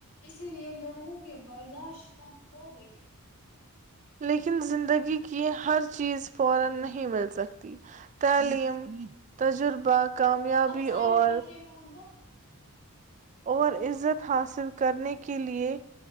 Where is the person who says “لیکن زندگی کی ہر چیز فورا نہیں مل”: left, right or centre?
Right